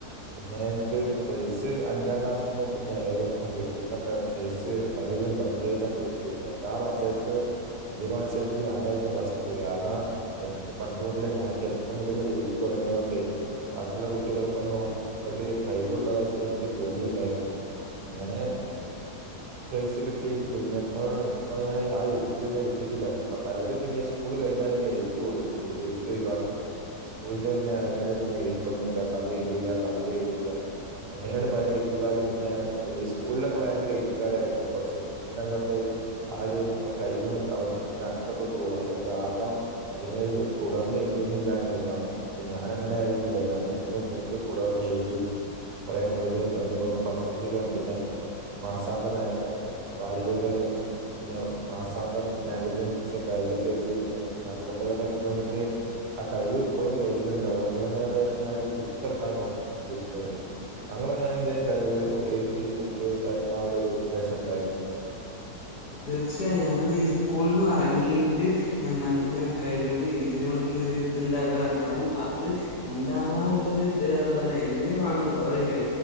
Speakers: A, on the right; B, on the left.
A: പിന്നെ എനിക്ക് പ്രൈസ് അഞ്ചാം ക്ലാസ് എന്നോ പിന്നെ ഏഴ എന്നോ എട്ട എന്നൊക്കെ ഫേസ് പലും കൈലൊക്കെ കിട്ടിയിന്ന എല്ല ആ മത്സരത്തില് അധിക മത്സരത്തിൽ ഞാനായിരുന്നു ബസ്തി കാരണം എനിക്ക് പണ്ട് മുതലേ ഞാൻ ചെറുപ്പം മുതലേ എഴുതി തുടങ്ങിയത കൊണ്ടേ പക്കിയുള്ള കുട്ടികൾക്കൊന്നും ഇത്രൊക്കെ കൈ വുള്ളതായിട്ട് എനിക്ക് തോന്നിയില്ലായിരുന്നു അങ്ങനെ പ്രൈസ് കിട്ടി പിന്നെപ്പഞ ആ എഴ പിന്നെ കിട്ടിട്ടില്ല പലരും പിന്നെ ഉള് കഴിഞ്ഞാ പിന്ന എയുത്ത് വിടും എയുത്ത് ഒഴുവാകും സ്കൂളിന്ന് പിന്നെ ഇറങ്ങിയാല് പിന്നെ എഴുത്തൊന്നുമില്ല കഥ എയുതൂല കവിത എയുതൂല അങ്ങനെയട്ട പല എഴുത്തുകാരും പിന്നെ സ്കൂളിലൊക്കെ ഭയങ്കര എഴുത്തുകാരായിരിക്കും പക്ഷെ പിന്നീട്ങ്ങോട്ട് ആര് കഴിവ് അവിടെ നിന്ന് നഷ്ടപ്പെട്ടു പോകും അതിന് കാരണം അതിന് തുടർന്ന് ന്നില്ല എന്നുള്ളതാണ് പക്ഷെ ഞാാന അങ്ങനെ ആയിരുന്നല്ലോ ഞാൻ ഇ വീണ്ടും തുടർന്ന് എഴുതിയിരുന്നു കുറെ കവിതയും കവിതകളും പത്രത്തിലും പിന്നെ മാസാന്തരമായ ക വാരികകൾ പിന്നെ മാസാന്തം മാഗസിൻ ക അയിലൊക്കെ എഴുതിയിടുന്നു പിന്നെ അതുകൊണ്ട് തന്നെ ഇപ്പൊ എനിക്ക് ആ കഴിവ് ഇപ്പോഴും കയ്യിലുണ്ട് അതുകൊണ്ട് തന്നെയാണ് ഞാനരു ബുക്ക് ഇറക്കാൻ തോന്ന ഉദ്ദേശിക്കുന്നത് ഞങ്ങൾന്നെ എന്ത കൈ എഴ ബുക്ക് ചെയ് എക്കാനുള്ള ഒരു ഉദ്ദേശ ഉണ്ടായിട്ടുണ്ടോ <inaudible>
B: തീർച്ചയായും അങ്ങനെ സ്കൂള നിന്നന്ന് ഇറങ്ങീയിട്ട് നമുക്ക് ഇങ്ങനെ കഴിവ് ഇതിനോട് ഇത്ണ്ടാവുക കാരണം അ അത് ഉണ്ടാവാനുള്ള ഇത് കാരണം തന്നെ അതിന തന്നെ വേണം വേറൊരു ക